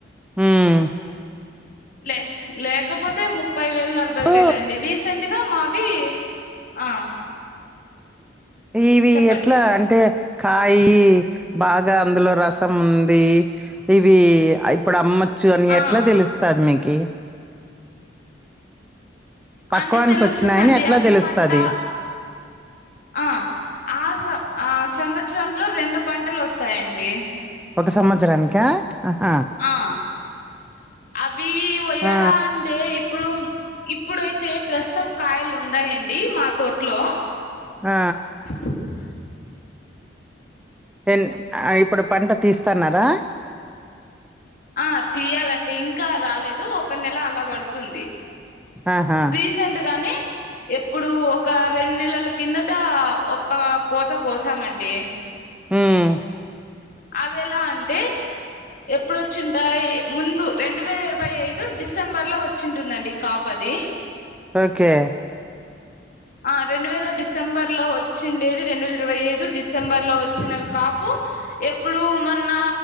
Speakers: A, in the centre; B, on the left.
A: ఉమ్
B: లే లేకపోతే ముప్పై వేలు నలభై
A: ఓ,
B: వేలు అండి రీసెంట్ గా మావి ఆ
A: ఇవి
B: చెప్పండి
A: ఎట్లా అంటే కాయి బాగా అందులో రస్ సం ఉంది ఇవి ఇప్పుడు అమ్మచ్చు అని
B: ఆ
A: ఎట్లా తెలుస్తది మీకి పక్వానికి
B: అంటే తెలుసుందండి
A: వచ్చినాయని ఎట్లా
B: అవి
A: తెలుస్తది
B: పంట ఆ ఆరు సం ఆ సంవత్సరంలో రెండు పంటలు ఒస్తాయండి.
A: ఒక సంవత్సరానిక ఆహ
B: ఆ అవీ వోయ్యాల
A: ఆ
B: అంటే ఇప్పుడూ ఇప్పుడైతే ప్రస్తుతం కాయలు ఉండయండి మా తోట్లో
A: ఆ
B: <inaudible>
A: ఎన్ ఆ ఇప్పుడు పంట తీస్తన్నారా
B: ఆ తీయాలండి ఇంకా రాలేదు ఒక నెల అలా బాడ్తుంది.
A: ఆహా
B: రీసెంట్ గాని ఇప్పుడు ఒక రెన్ నెలల కిందట ఒక్క కోత కోసామండి
A: ఉమ్
B: అవెలా అంటే ఎప్పుడు ఒచ్చింటాయి ముందు రెండు వేల ఇరవై ఐదు డిసెంబర్ లో ఒచ్చింటుందండి కాపు అది
A: ఓకే
B: ఆ రెండు వేల డిసెంబర్ లో ఒచ్చిండేది రెండు వేల ఇరవై ఐదు డిసెంబర్ లో ఒచ్చినవి కాపూ ఎప్పుడు మొన్న